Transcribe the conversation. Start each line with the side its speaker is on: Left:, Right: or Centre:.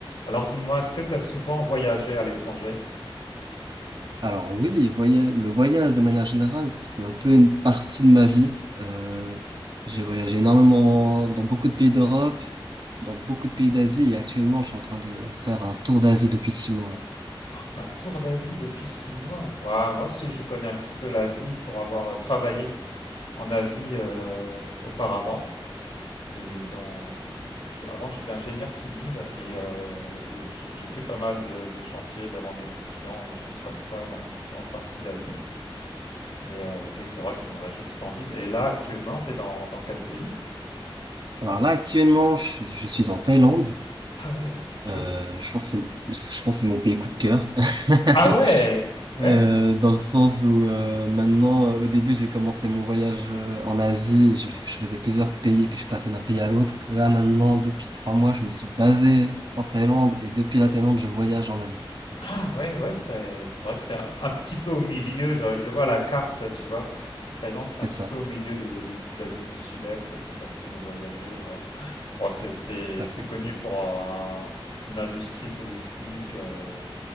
Left: Alors dis-moi, est-ce que tu as souvent voyagé à l'étranger?
Right: Alors oui, voya- le voyage de manière générale, c'est un peu une partie de ma vie. Euh, j'ai voyagé énormément dans beaucoup de pays d'Europe, dans beaucoup de pays d'Asie et actuellement je suis en train de faire un tour d'Asie depuis six mois.
Left: Un tour d'Asie depuis six mois. Ouah, moi aussi, je connais un petit peu l'Asie pour avoir euh, travaillé en Asie euh, auparavant. Et dans, je- avant, j'étais ingénieur civil et euh, j'ai j'ai- j'ai fait pas mal de, de chantiers, de rendez-vous clients, des choses comme ça dans différentes parties d'Asie. Et euh, oui, c'est vrai que c'est une région splendide. Et là, actuellement, tu es dans, dans quel pays?
Right: Alors là actuellement je, je suis en Thaïlande.
Left: Ah ouais, joli.
Right: Euh, je pense que c'est, je pense que c'est mon pays coup de cœur. <laughs>
Left: Ah ouais, ouais,
Right: Euh, dans le sens où euh, maintenant, euh, au début, j'ai commencé mon voyage euh, en Asie, et je, je faisais plusieurs pays, puis je passais d'un pays à l'autre. Là, maintenant, depuis trois mois, je me suis basé en Thaïlande, et depuis la Thaïlande, je voyage en Asie.
Left: Ah ouais, ouais, c'est c'est vrai que c'est un, un petit peu au milieu. Je, je vois la carte, tu vois. Thaïlande, c'est
Right: C'est
Left: un petit
Right: ça,
Left: peu au milieu de, de toute l'Asie du Sud-Est. C'est facile de voyager, ouais. Bon, c'est c'est-
Right: tout à
Left: c'est
Right: fait,
Left: connu pour un- une industrie touristique euh,